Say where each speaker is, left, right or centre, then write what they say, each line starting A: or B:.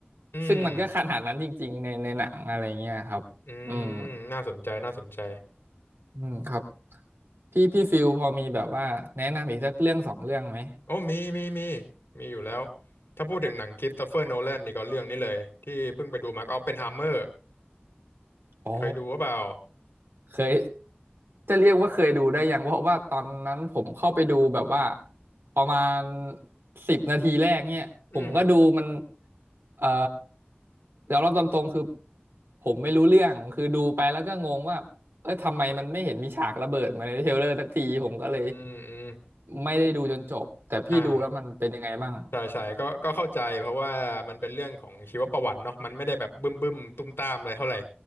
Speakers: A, on the left; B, on the right.
A: อืม
B: ซึ่งมันก็ขนาดนั้นจริงๆในในหนังอะไรเงี้ยครับอืม
A: อืมน่าสนใจน่าสนใจ
B: อืมครับ พี่พี่ฟิลพอมีแบบว่าแนะนำอีกสักเรื่องสองเรื่องไหม
A: โอ้มีมีมีมีอยู่แล้วถ้าพูดถึงหนังคริสโตเฟอร์โนแลนนี่ก็เรื่องนี้เลยที่เพิ่งไปดูมาก็ออปเพนไฮเมอร์
B: อ๋อ
A: เคยดูหรือเปล่า
B: เคยจะเรียกว่าเคยดูได้ยังเพราะว่าตอนนั้นผมเข้าไปดูแบบว่าประมาณสิบนาทีแรกเนี่ยผมก็ดูมัน
A: อืม
B: เอ่อยอมรับตามตรงคือผมไม่รู้เรื่องคือดูไปแล้วก็งงว่าเอ้ยทำไมมันไม่เห็นมีฉากระเบิดมาในเทรลเลอร์สักทีผมก็เลย
A: อืมอืม
B: ไม่ได้ดูจนจบแต่พี่ดูแล้วมันเป็นยังไงบ้าง
A: อ่าใช่ใช่ก็ก็เข้าใจเพราะว่ามันเป็นเรื่องของชีวประวัติเนาะมันไม่ได้แบบบึ้มบึ้มตุ้มตามอะไรเท่าไหร่